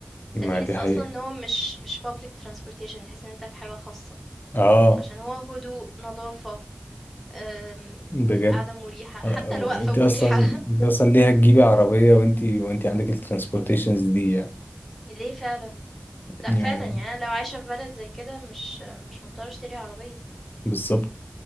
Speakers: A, in the centre; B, on the left (about 50°).
A: أنت
B: ما
A: تحس
B: دي حقيقة
A: أصلًا إن هو مش مش public transportation تحس إن أنت في حاجة خاصة،
B: اه
A: عشان هو هدوء، نضافة، آمم،
B: بجد
A: القعدة مريحة،
B: آه،
A: حتى
B: آه،
A: الوقفة
B: انت
A: مريحة
B: اصلا
A: <laughs>
B: انت اصلا ليه هتجيبي عربية وانت وانت عندك الترانسبورتيشنز دي يعني
A: ليه فعلًا، لأ
B: يعني
A: فعلًا يعني أنا لو عايشة في بلد زي كده مش مش مضطرة أشتري عربية،
B: بالظبط